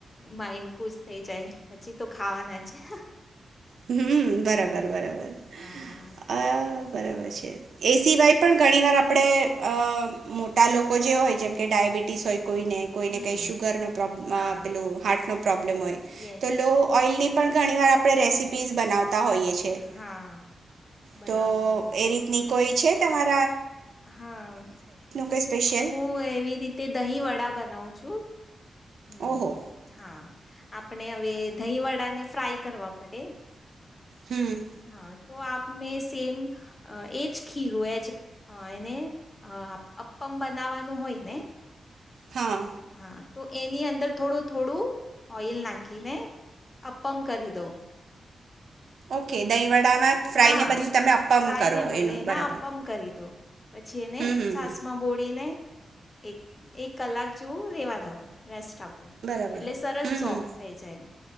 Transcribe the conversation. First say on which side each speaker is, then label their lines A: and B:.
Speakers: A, on the left; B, on the right.
A: માઇન્ડ ખુશ થઈ જાય, પછી તો ખાવાના જ છે, હ.
B: હં બરાબર, બરાબર,
A: હા
B: બરાબર છે, એ સિવાય પણ ઘણી વાર આપણે, મોટા લોકો જે હોય, જેમ કે ઘણી વાર ડાયાબિટીસ હોય કોઈને, કોઈને
A: હમ
B: કંઈ શુગરનો પ્રો્
A: હા
B: અં પેલું હાર્ટનો પ્રોબ્લેમ હોય,
A: યસ
B: તો લો ઓઈલની પણ ઘણી, વાર આપણે રેસીપી પીઝ, બનાવતા તા હોઈએ છે,
A: હા બનાવતો
B: તો
A: હોય
B: એ
A: જ
B: રીતની કોઈ છે, તમારે
A: હા,
B: કંઈ સ્પેશિયલ
A: હું એવી રીતે દહીં વડા બનાવું છું. હમ,
B: ઓહો
A: હા. આપણે, હવે દહીંવડાને ફ્રાય કરવા પડે
B: હમ.
A: હા તો આપ મેં સેમ અં એ જ, ખીરું એજ એને અં અપ્પ અપ્પમ, બનાવવાનું હોય, ને
B: હા
A: હા. તો એની અંદર થોડું થોડું, ઓઇલ નાખીને અપ્પમ કરી દઉં.
B: ઓકે, દહીંવડામાં ફ્રાયને
A: હા
B: બદલે તમે અપ્પમ
A: ફ્રાયને
B: કરો
A: ભલે
B: એનું,
A: એના
B: બરાબર.
A: અપમ કરી દો પછી, એને
B: હમ હમ
A: છાસમાં
B: હમ
A: બોળીને. એક, એક કલાક જોવું રેવા દઉં, રેસ્ટ. આપું,
B: બરાબર
A: એટલે સરસ
B: હમ
A: સોફ્ટ
B: હમ
A: થઈ જાય.